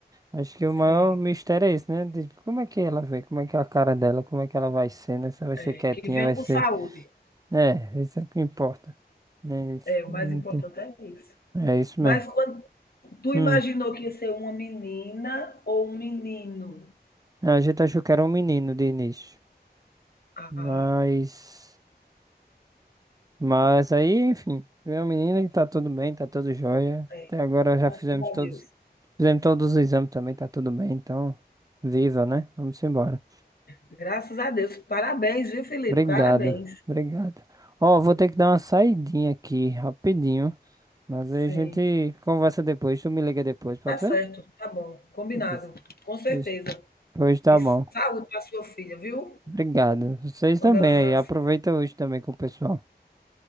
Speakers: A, on the right; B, on the left.
A: Acho que o
B: Sim.
A: maior mistério é esse, né? De como é que ela vem? Como é que é a cara dela? Como é que ela vai ser, né? Se ela vai
B: É,
A: ser quietinha,
B: que venha
A: vai ser.
B: com saúde.
A: É, isso é o que importa. Né? Isso
B: É, o
A: não
B: mais importante
A: tem-
B: é isso.
A: É isso
B: Mas
A: mesmo.
B: quando tu
A: Hum.
B: imaginou que ia ser uma menina ou um menino?
A: A gente achou que era um menino de início,
B: Ah,
A: mas, mas aí, enfim, veio a menina e tá tudo bem, tá tudo jóia.
B: É,
A: Até agora já
B: graças
A: fizemos
B: a
A: todos,
B: Deus.
A: fizemos todos os exames também, tá tudo bem, então, viva, né? Vamos embora.
B: Graças a Deus. Parabéns, viu, Felipe?
A: Obrigado,
B: Parabéns.
A: obrigado. Ó, vou ter que dar uma saidinha aqui, rapidinho, mas
B: sim.
A: aí a gente conversa depois, tu me liga depois, pode
B: Tá certo,
A: ser?
B: tá bom, combinado,
A: Beleza.
B: com certeza.
A: Pois, pois tá
B: E saúde
A: bom.
B: para sua filha, viu?
A: Obrigado. Vocês
B: Quando
A: também
B: ela nascer.
A: aí, aproveita hoje também com o pessoal.